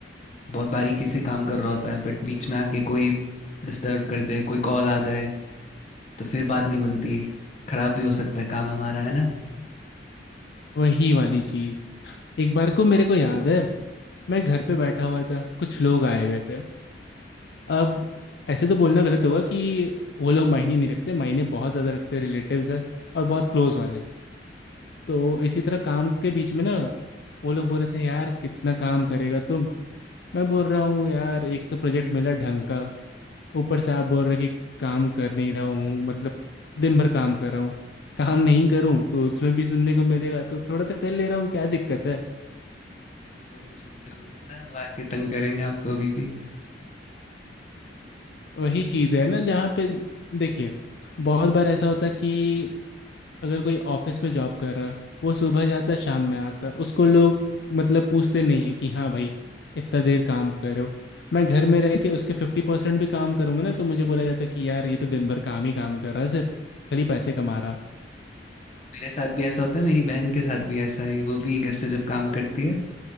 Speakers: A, on the left; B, on the left.
A: बहुत बारीकी से काम कर रहा होता है बट बीच में आके कोई डिस्टर्ब कर दे कोई कॉल आ जाए तो फिर बात नहीं बनती खराब भी हो सकता है काम हमारा है ना
B: वही वाली चीज़ एक बार को मेरे को याद है मैं घर पे बैठा हुआ था कुछ लोग आए हुए थे अब ऐसे तो बोलना गलत होगा कि वो लोग मायने नहीं रखते मायने बहुत ज़्यादा रखते रिलेटिव्स है और बहुत क्लोज वाले तो इसी तरह काम के बीच में ना वो लोग बोल रहे थे यार कितना काम करेगा तुम मैं बोल रहा हूँ यार एक तो प्रोजेक्ट मिला ढंग का ऊपर से आप बोल रहे कि काम कर नहीं रहा हूँ मतलब दिन भर काम कर रहा हूँ काम नहीं करूँ तो उसमें भी सुनने को मिलेगा तो थोड़ा सा कर ले रहा हूँ क्या दिक्कत है
A: वो नहीं सुनते होंगे है ना वो आके तंग करेंगे आपको अभी भी
B: वही चीज़ है ना जहाँ पे देखिए बहुत बार ऐसा होता है कि अगर कोई ऑफिस में जॉब कर रहा वो सुबह जाता शाम में आता उसको लोग मतलब पूछते नहीं है कि हाँ भाई इतना देर काम करे हो मैं घर में रह के उसके फिफ्टी परसेंट भी काम करूंगा ना तो मुझे बोला जाता कि यार ये तो दिन भर काम ही काम कर रहा है सर खाली पैसे कमा रहा
A: मेरे साथ भी ऐसा होता है मेरी बहन के साथ भी ऐसा ही वो भी घर से जब काम करती है